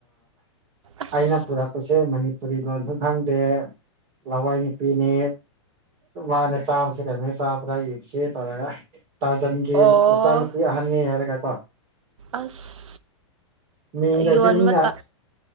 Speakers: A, on the right; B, on the right.
A: ꯑꯁ
B: ꯑꯩꯅ ꯄꯨꯔꯛꯄꯁꯦ ꯃꯅꯤꯄꯨꯔꯤ ꯂꯣꯟꯁꯨ ꯈꯪꯗꯦ ꯂꯋꯥꯏ ꯄꯤꯅꯦ ꯃꯥꯅ ꯆꯥꯕꯁꯦ ꯀꯩꯅꯃꯣ ꯆꯥꯕ꯭ꯔꯥ ꯌꯦꯡꯁꯤ ꯇꯧꯔꯒ ꯇꯥꯖꯟ ꯒꯤ
A: ꯑꯣ
B: ꯃꯆꯥꯅꯨꯄꯤ ꯑꯍꯟꯅꯤ ꯍꯥꯏꯔꯒ ꯀꯣ
A: ꯑꯁ
B: ꯃꯤ ꯀꯁꯦ
A: ꯌꯣꯟꯕ
B: ꯃꯤꯅ
A: ꯇ